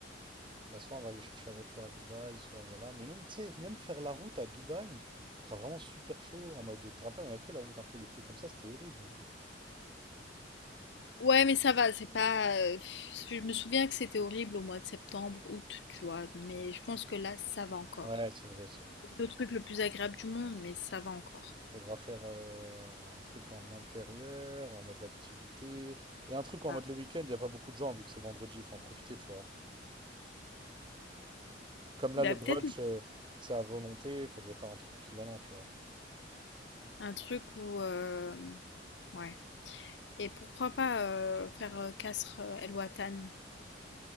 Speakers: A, on the right (about 25°); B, on the left (about 75°).
A: Bah, soit on va aller chercher la voiture à Dubaï, soit voilà. Mais même, tu sais, même faire la route à Dubaï, il fera vraiment super chaud. En mode, tu te rappelles, on avait fait la route un peu l'été comme ça, c'était horrible. hein.
B: Ouais, mais ça va, c'est pas. euh, pff, Je me souviens que c'était horrible au mois de septembre, août, tu vois. Mais je pense que là, ça va encore.
A: Ouais, c'est vrai, c'est vrai.
B: C'est Le truc le plus agréable du monde, mais ça va encore.
A: Il faudra faire euh, un truc en intérieur, en mode activité. Et un truc en
B: Ah.
A: mode le week-end, il n'y a pas beaucoup de gens vu que c'est vendredi, il faut en profiter, tu vois. Comme là,
B: Bah,
A: le brunch,
B: peut-être
A: euh, c'est à volonté, il faudrait faire un truc équivalent, tu vois.
B: Un truc où. euh, ouais. Et pourquoi pas euh, faire euh, Kasr euh, El Watan?